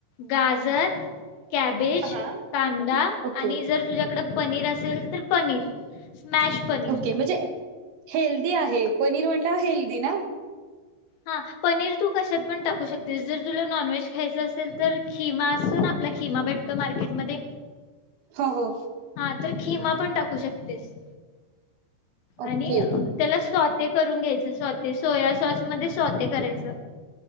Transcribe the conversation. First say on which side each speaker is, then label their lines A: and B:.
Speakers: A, on the left; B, on the right.
A: गाजर कॅबेज,
B: हा
A: कांदा
B: ओके
A: आणि जर तुझ्याकडं पनीर असेल तर पनीर. स्मॅश पनीर.
B: ओके म्हणजे हेल्दी आहे. पनीर म्हणलं हेल्दी ना?
A: हा पनीर तू कशात पण टाकू शकतेस जर तुला नॉनव्हेज खायचं असेल तर खिमा असतो ना आपला खिमा भेटतो मार्केटमध्ये.
B: हो हो.
A: हा तर खिमा पण टाकू शकतेस.
B: ओके
A: आणि त्याला स्व ते करून घ्यायचं स्वते, सोया सॉस मध्ये स्वते करायचं.